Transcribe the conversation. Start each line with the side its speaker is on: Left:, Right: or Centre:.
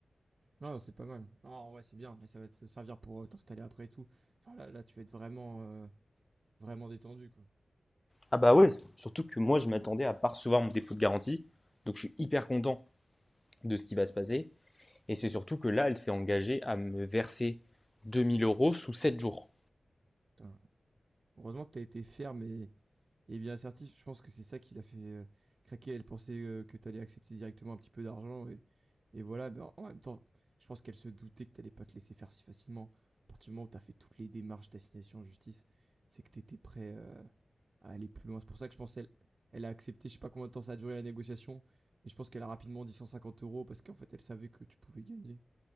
Right: Non, c'est pas mal. Ah, en vrai, c'est bien et ça va te servir pour, heu, t'installer après et tout. Enfin, là là, tu vas être vraiment, heu, vraiment détendu, quoi.
Left: Ah bah ouais, surtout que moi, je m'attendais à pas recevoir mon dépôt de garantie, donc je suis hyper content de ce qui va se passer. Et c'est surtout que là, elle s'est engagée à me verser 2000 euros sous 7 jours.
Right: Putain, heureusement que t'as été ferme et Et bien assertif, je pense que c'est ça qui l'a fait euh, craquer. Elle pensait euh, que t'allais accepter directement un petit peu d'argent et, et voilà. Mais en en même temps, je pense qu'elle se doutait que t'allais pas te laisser faire si facilement. À partir du moment où t'as fait toutes les démarches d'assignation en justice, c'est que t'étais prêt euh, à aller plus loin. C'est pour ça que je pense qu'elle elle a accepté. Je sais pas combien de temps ça a duré la négociation, mais je pense qu'elle a rapidement dit 150 euros parce qu'en fait elle savait que tu pouvais gagner